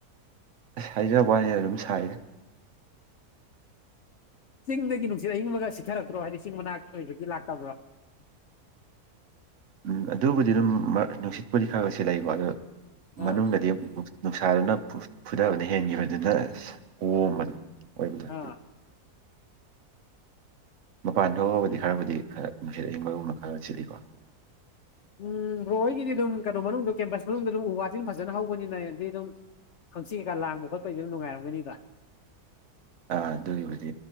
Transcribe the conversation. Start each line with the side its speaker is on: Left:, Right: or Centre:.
Right: ꯑꯁ ꯍꯥꯏꯖꯕ ꯋꯥꯅꯤ ꯑꯗꯨꯝ ꯁꯥꯏꯗ
Left: ꯆꯤꯡꯗꯒꯤ ꯅꯨꯡꯁꯤꯠ ꯑꯌꯤꯡꯕꯒ ꯁꯤꯠꯊꯔꯛꯇ꯭ꯔꯣ ꯍꯥꯏꯗꯤ ꯆꯤꯡ ꯃꯅꯥꯛꯛꯇ ꯑꯣꯏꯕꯒꯤ ꯂꯥꯛꯇꯕ꯭ꯔꯥ
Right: ꯎꯝ ꯑꯗꯨꯕꯨꯗꯤ ꯑꯗꯨꯝ ꯅꯨꯡꯁꯤꯠꯄꯨꯗꯤ ꯈꯔꯒ ꯁꯤꯠꯂꯛꯏ ꯑꯗꯣ
Left: ꯑꯥ
Right: ꯃꯅꯨꯡꯗꯗꯤ ꯑꯃꯨꯛ ꯅꯨꯡꯁꯥꯗꯨꯅ ꯐꯨꯊꯕꯗ ꯍꯦꯟꯈꯤꯕꯗꯨꯅ ꯑꯣꯝꯕꯗꯣ ꯑꯣꯏꯕꯗꯣ
Left: ꯑꯥ
Right: ꯃꯄꯥꯟ ꯊꯣꯛꯑꯕꯨꯗꯤ ꯈꯔꯕꯨꯗꯤ ꯈꯔ ꯅꯨꯡꯁꯤꯠ ꯑꯏꯪꯕꯒꯨꯝꯕ ꯈꯔ ꯁꯤꯠꯂꯤꯀꯣ
Left: ꯎꯝ ꯕ꯭ꯔꯣ ꯍꯣꯏꯒꯤꯗꯤ ꯑꯗꯨꯝ ꯀꯩꯅꯣ ꯃꯅꯨꯡꯗ ꯀꯦꯝꯄꯁ ꯃꯅꯨꯡꯗ ꯑꯗꯨꯝ ꯎ ꯋꯥꯁꯤ ꯑꯗꯨꯝ ꯐꯖꯅ ꯍꯧꯕꯅꯤꯅ ꯑꯗꯨꯗꯤ ꯑꯗꯨꯝ ꯈꯪꯁꯤ ꯀꯩꯀ ꯂꯥꯡꯕ ꯈꯣꯠꯄꯒꯤꯗꯨꯅ ꯅꯨꯡꯉꯥꯏꯔꯝꯒꯅꯤꯗ
Right: ꯑꯗꯨꯒꯤꯕꯨꯗꯤ